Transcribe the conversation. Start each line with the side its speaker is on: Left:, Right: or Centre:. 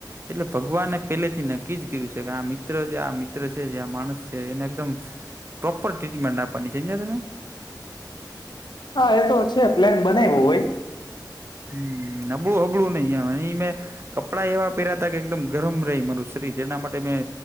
Right: એટલે ભગવાને પેલે થી નક્કીજ કર્યું છે કે આ મિત્ર છે આ મિત્ર છે જે આ માણસ છે એને એકદમ પ્રોપર ટ્રીટમેન્ટ આપવાની <unintelligible>
Left: હા એ તો છે પ્લેન બનાયવો હોય
Right: હમ નબળું હબળું નઈ એ ઇ મેં કપડાં એવા પેરયાતા કે એકદમ ગરમ રહી મારું શરીર એના માટે મેં